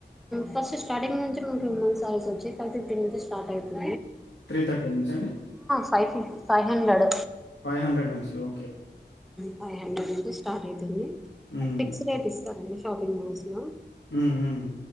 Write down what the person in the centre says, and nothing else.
ఫస్ట్ స్టార్టింగ్ నుంచి మనకి ఉమెన్స్ సారీస్ చ్చి ఫైవ్ ఫిఫ్టీ నుంచి స్టార్ట్ అయితుం
ఫైవ్ ఫిఫ్ ఫైవ్ హండ్రెడ్
ఫైవ్ హండ్రెడ్ నుంచి స్టార్ అయితుంది.
వాళ్ళు ఫిక్స్ రేట్ ఇస్తారండి. షాపింగ్ మాల్స్లో